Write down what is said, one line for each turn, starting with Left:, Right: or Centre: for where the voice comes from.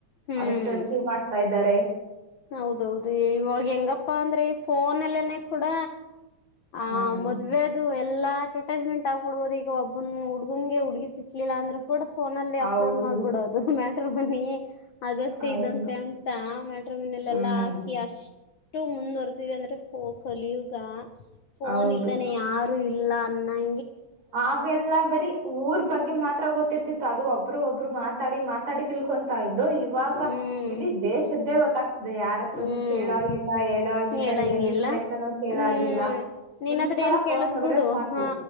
Left: ಹ್ಮ್
Right: ಅವರೆಷ್ಟು ಅಚೀವ್ ಮಾಡ್ತಾ ಇದ್ದಾರೆ..
Left: ಹೌದೌದು ಇವಾಗ ಹೆಂಗಪ್ಪಾ ಅಂದ್ರೆ ಫೋನ್ಲ್ಲನೆ ಕೂಡ.. ಆ
Right: ಹ್ಮ್
Left: ಮದ್ವೆದು.. ಎಲ್ಲಾ ಅಡ್ವರ್ಟೈಸ್ಮೆಂಟ್ ಆಗ್ಬೊಡ್ಬಹದು ಈಗ ಒಬ್ಬನ ಹುಡುಗಂಗೆ ಹುಗ ಸಿಕ್ಲಿಲ್ಲ ಅಂದ್ರೆ.. ಕೂಡ ಫೋನ ಅಲ್ಲಿ
Right: ಹೌದು
Left: ಅಪ್ಲೋಡ್ ಮಾಡ್ಬಿಡೋದು ಮ್ಯಾಟ್ರ ಮನಿ ಅದಂತೆ
Right: ಹೌದು
Left: ಇದಂತೆ ಅಂತ ಮ.. ಮನಲೆೆಲ್ಲಾ
Right: ಹ್ಮ್
Left: ಹಾಕಿ ಅಷ್ಟು ಮುಂದುವರೆದಿದೆ ಅಂದ್ರೆ ಕಲಿಯುಗ ಫೋನ್
Right: ಹೌದು
Left: ಇಲ್ದನೆ ಯಾರು ಇಲ್ಲ ಅ
Right: ಹಾಗೆಲ್ಲ ಬರಿ ಊರ್ ಬಗ್ಗೆ ಮಾತ್ರ ಗೊತ್ತಿರ್ತಿತ್ತು ಅದು ಒಬ್ರು ಒಬ್ಬರು ಮಾತಾಡಿ ಮಾತಾಡಿ ತಿಳ್ಕೊತಾ ಅದು ಇವಾಗ
Left: ಹ್ಮ್
Right: ಇಡೀ ದೇಶದ್ದೇ ಅದು ಯಾರತ್ರನು
Left: ಹ್ಮ್
Right: ಕೇಳಾಗಿಲ್ಲ ಹೇಳಾಗಿಲ್ಲ
Left: ಹೇಳಂಗಿಲ್ಲ
Right: ಏನ್ ವಿಷಯ ಅಂತಾನೂ ಕೇಳಾಗಿಲ್ಲ
Left: ಹ್ಮ್ ನಿನ್
Right: ಒಂದ್ಸಲ
Left: ಹತ್ರ ಏನ್
Right: ಫೋನ್
Left: ಕೇಳದ್
Right: ನೋಡಿದ್ರೆ
Left: ಬಿಡು
Right: ಸಾಕು
Left: ಹಾ